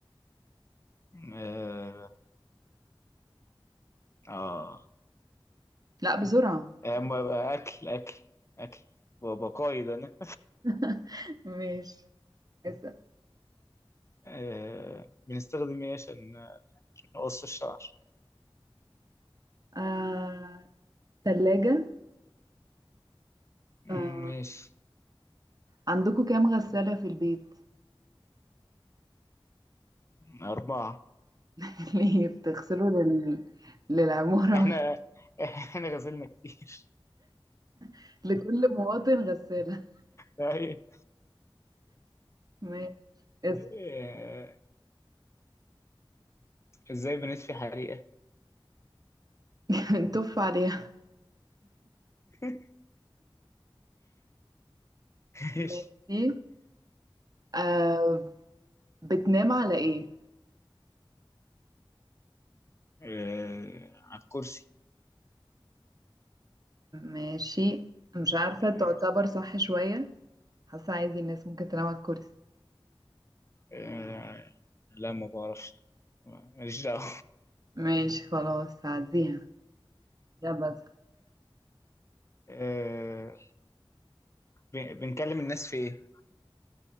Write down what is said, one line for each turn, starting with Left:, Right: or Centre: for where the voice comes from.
Left: اه اه
Right: لا بسرعة
Left: أما اكل اكل اكل وبقايد انا
Right: <laughs> ماشي اسأل
Left: آه. بنستخدم ايه عشان عشان نقص الشعر
Right: آه... تلاجة
Left: مم،
Right: آه...
Left: ماشي
Right: عندكم كام غسالة في البيت
Left: أربعة
Right: <laughs> ليه بتغسلوا لل... للعمارة
Left: احنا
Right: ولا
Left: <laughs> احنا غسلنا كتير
Right: <laughs> لكل مواطن غسالة
Left: طيب
Right: ماشي اسأل
Left: آه، ازاي بنطفي حريقة
Right: <laughs> نتف عليها
Left: <laughs> ماشي
Right: ماشي آه... بتنام على ايه
Left: آه، على الكرسي
Right: ماشي مش عارفة
Left: آه،
Right: تعتبر صح شوية حاسة عادي الناس ممكن تنام على الكرسي
Left: آه، لا ما بعرفش ماليش دعوة
Right: ماشي خلاص هعديها ده بس
Left: آه، بن- بنكلم الناس في ايه؟